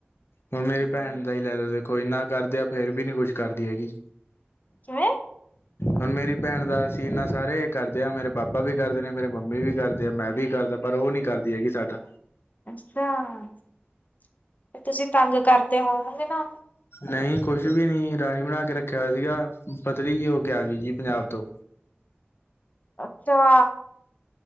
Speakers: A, on the left; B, on the left.
A: ਹੁਣ
B: ਹੂੰ
A: ਮੇਰੀ ਭੈਣ ਦਾ ਹੀ ਲੈ ਲੋ ਦੇਖੋ ਇੰਨਾ ਕਰਦੇ ਆ ਫੇਰ ਵੀ ਨੀ ਕੁਛ ਕਰਦੀ ਹੈਗੀ।
B: ਕਿਵੇਂ?
A: ਹੁਣ ਮੇਰੀ ਭੈਣ ਦਾ ਅਸੀਂ ਇਨਾਂ ਸਾਰੇ ਕਰਦੇ ਆ ਮੇਰੇ ਪਾਪਾ ਵੀ ਕਰਦੇ ਨੇ ਮੇਰੇ ਮੰਮੀ ਵੀ ਕਰਦੇ ਆ ਮੈਂ ਵੀ ਕਰਦਾ। ਪਰ ਓ ਨੀ ਕਰਦੀ ਹੈਗੀ ਸਾਡਾ।
B: ਅੱਛਾ 'ਤੇ ਤੁਸੀਂ ਤੰਗ ਕਰਦੇ ਹੋਵੋਗੇ ਨਾ ਉਨੂੰ।
A: ਨਹੀਂ ਕੁਛ ਵੀ ਨੀ ਰਾਣੀ ਬਣਾ ਕੇ ਰੱਖਿਆ ਹੋਇਆ ਸੀਗਾ ਪਤਰੀ ਜੀ ਹੋ ਕੇ ਆਗੀ ਜੀ ਪੰਜਾਬ ਤੋਂ।
B: ਅੱਚਾ!